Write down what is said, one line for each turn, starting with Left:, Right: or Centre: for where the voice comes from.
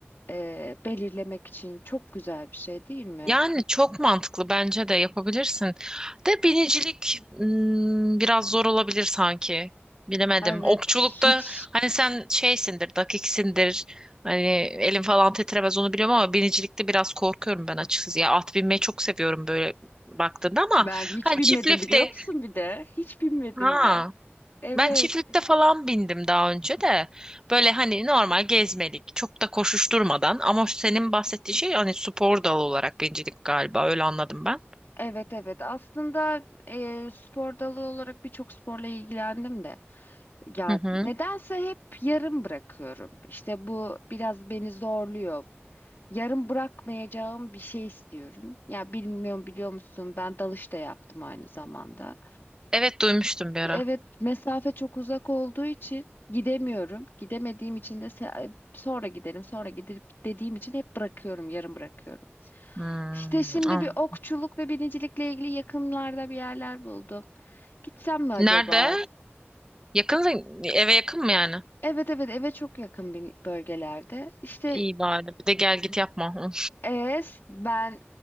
Left: e, belirlemek için çok güzel bir şey değil mi?
Right: Yani çok mantıklı bence de yapabilirsin. De binicilik hmm, biraz zor olabilir sanki. Bilemedim.
Left: Ay Evet,
Right: Okçulukta
Left: hiç
Right: hani sen şeysindir, dakiksindir. Hani elin falan titremez onu biliyorum ama binicilikte biraz korkuyorum ben açıkçası. Ya at binmeyi çok seviyorum böyle baktığında ama
Left: ben hiç
Right: hani
Left: bilmedim
Right: çiftlikte
Left: biliyor musun bir de? Hiç bilmedim
Right: ha
Left: ben. Evet.
Right: Ben çiftlikte falan bindim daha önce de. Böyle hani normal gezmelik, çok da koşuşturmadan ama senin bahsettiğin şey hani spor dalı olarak bincilik galiba öyle anladım ben.
Left: Evet evet aslında e, spor dalı olarak birçok sporla ilgilendim de ya
Right: Hı hı.
Left: nedense hep yarım bırakıyorum. İşte bu biraz beni zorluyor. Yarım bırakmayacağım bir şey istiyorum. Ya bilmiyorum biliyor musun ben dalış da yaptım aynı zamanda.
Right: Evet duymuştum bir ara.
Left: Evet, mesafe çok uzak olduğu için gidemiyorum. Gidemediğim için de se- sonra gidelim, sonra gidip dediğim için hep bırakıyorum, yarım bırakıyorum.
Right: Hmm,
Left: İşte şimdi
Right: an-
Left: bir okçuluk ve binicilikle ilgili yakınlarda bir yerler buldum. Gitsem mi acaba?
Right: Nerede? Yakın eve yakın mı yani?
Left: Evet evet eve çok yakın bir bölgelerde. İşte
Right: İyi bari. Bir de gel git yapma. <laughs> Hı.
Left: es ben